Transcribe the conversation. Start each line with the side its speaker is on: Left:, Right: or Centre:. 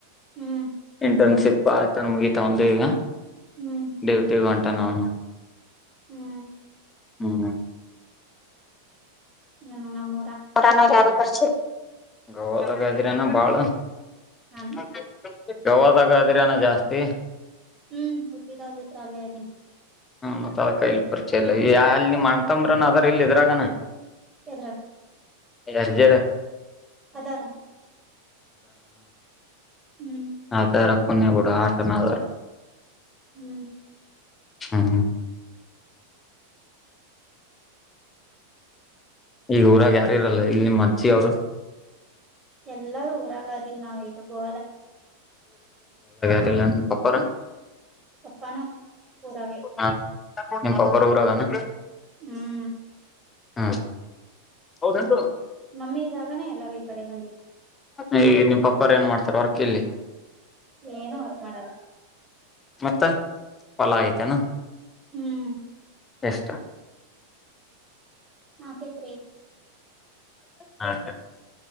Right: ಹ್ಮ್
Left: ಇಂಟರ್ನ್ಶಿಪ್ ಆಥ ಮುಗೀಿತ ಒಂದು ಈಗ
Right: ಹ್ಮ್
Left: ದೇವತೆ ಗಂಟ ತ ನ <unintelligible>
Right: ಹ್ಮ್
Left: ಹ್ಮ ಹಾ
Right: ಹ್ಮ ನಮ್ಮ
Left: ಹೊರಾಾನ ಜರಬರ್ ಗವದಾಗಾದ್ರನ ಬಾಳ
Right: ನಾನು
Left: ಹ ಗವದಾಗದಿ್ರಾನ ಜಾಸ್ತಿ
Right: ಹ್ಮ್ ಹುಟ್ಟಿದಾಗಲತ್ರ ಅಲ್ಲ ಅದ
Left: ಹ್ಮ ಮತ್ತತ್ ಅದ ಕೈಲಿ ಪರಿಚಯಲ್ಲ ಈ ಅಲ್ಲಿ ನೀ ಮಾಡ್ತಂಬ್ರನ್ ಅದ್ರ ಇಲ್ಲಿ ಇದ್ರಾಗನ
Right: ಎದ್ರಾಗ
Left: ರ್ಜ
Right: ಅದಾರ ಹ್ಮ್
Left: ಹಾ ತಾರ ಕೊನ್ನ ಕಡ ಆಟ ನ ಆದಾರ
Right: ಹ್ಮ್
Left: ಹ್ಮ್ ಹ್ಮ ಈಗ ಊರಾಗ ಯಾರು ಇರಲ್ಲ ಇಲ್ಲಿ ನಿಮ್ಮ ಅಜ್ಜಿ ಅವರು
Right: ಎಲ್ಲಾರೂ ಊರಾಗದಗ ನಾವ್ ಗೋ
Left: ದಲ್ಲ ಪಪ್ಪ
Right: ಪಪ್ಪಾನು ಊರಾಗೆ
Left: ಹ ನಿಮ್ಮ ಪಾಪಾರ ಊರಾಗಾನ
Right: ಹ್ಮ್
Left: ಹಾ ಹೌದಂು
Right: ಮಮ್ಮಿ ಇದಾಗನೆ ಎಲ್ಲಾರೂ ಈ ಕಡೆ ಬಂದಿವಿ
Left: ಈ ನಿಮ್ ಪಪ್ಪಾರ ಏನ್ ಮಾಡ್ತಾರ ಹೊರ ಕಲ್ಲಿ
Right: ಏನು ವರ್ಕ್ ಮಾಡಲ್ಲ
Left: ಮತ್ತ ಹೊಲ ಆಯ್ತ ನ
Right: ಹ್ಮ್
Left: ಎಷ್ಟ
Right: ನಾಕೇತ್ೀ
Left: ಹ